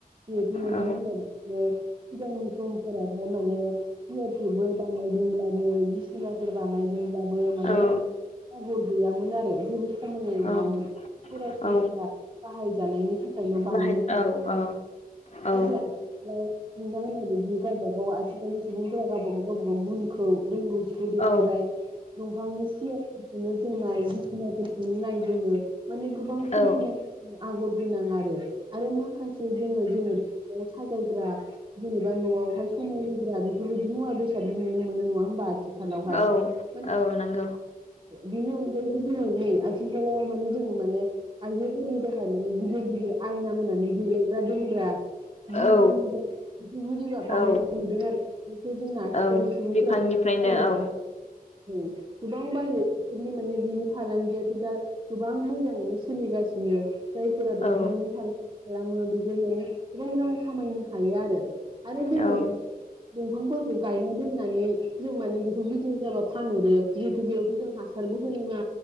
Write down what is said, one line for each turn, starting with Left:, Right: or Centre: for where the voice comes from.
Right: जिहेथु नोंथांमोना
Left: औ
Right: बि सिगांनि समफोराव माने सियार टेबोल बानायदोंब्लाबो बिसिनाफोर बानायदोंब्लाबो माने
Left: औ
Right: आगर गैयामोन आरो जेबो समायनाय नङामोन
Left: औ
Right: सरासनस्रा
Left: औ
Right: बाहायजानायनि थाखा खायल' बानायनाय
Left: बाहाय औ औ
Right: <unintelligible>
Left: औ
Right: नाथाय आथिखालाव नोंथां होनायबादि गावबा गा ग आथिखालनि सुबुंफोरा गावबा गाव गावबा गाव गुनखौ रोंगौथि खौ देखायबाय।
Left: औ
Right: दंफांनि सियारफोरखोनो जों नाय बिसिनाफोरखौनो नाय जोङो माने गोबां समायनासिन
Left: औ
Right: आगर गोनां आरो आरो माखासे जोङो जेनेबा न'आव साजायग्रा जेनेबा न'आवहाय स समाय होग्रा बेफोरबायदि मुवा बेसादबो नुनो मोनो नङा होमबा आथिखालावहाय
Left: औ
Right: माने
Left: औ नंगौ
Right: बेनि अनगायैबो जोङो नै आथिखालावहाय माने जों माने आयजोफोरनि बो <unintelligible> माने गिदिर गिदिरा आयना होनानै देलेग्रा दोनग्रा जि
Left: औ
Right: दोनग्रा बिबादि बाना
Left: औ
Right: नुदों आरो बेखौ जोंना आथिखालनि
Left: औ
Right: सबुंफोरा
Left: बिफांनिफ्रायनो
Right: बायो
Left: औ
Right: औ गोबां बायो बेफोरनि माने बिनि फालांगियाथ' दा गोबां मोजाङैनो सोलिगासिनो जायफोरा दंफांनि‌‌
Left: औ
Right: फालांगि खालामो बेफोर माने गोबां रां खामायनो हायो आरो आरो गोबोन
Left: औ
Right: दंफांफोरखौ गायनो दोननानै जों माने बेखौ गिदिर जाबा फानहरो जिहेथु बेयावथ' जों हासारबो होनाङा।